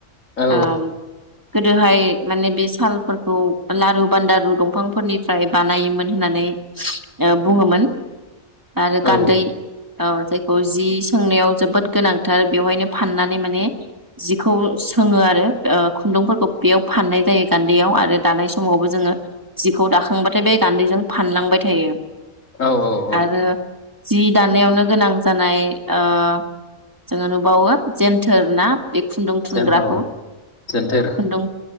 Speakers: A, on the left (about 80°); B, on the right (about 15°).
A: औ
B: उम गोदोहाय माने बे सालफोरखौ लारु बान्दारु दंफांफोरनिफ्राय बानायोमोन होननानै उम बुङोमोन। आरो
A: औ
B: गान्दै ओ जायखौ जि सोंनायाव जोबोद गोनांथि। थार बेवहायनो फाननानै माने जिखौ सोङो आरो ओ खुन्दुंफोरखौ बेयाव फाननाय जायो गान्दैयाव आरो दानाय समावबो जोङो जिखौ दाखांबाथाय बे गान्दैजों फानलांबाय थायो।
A: औ-औ-औ।
B: आरो जि दानायावनो गोनां जानाय। ओ जोङो नुबावो जेन्थोर ना बे खुन्दुं थुनग्राखौ
A: जेन औ जेन्थोर
B: खुन्दुं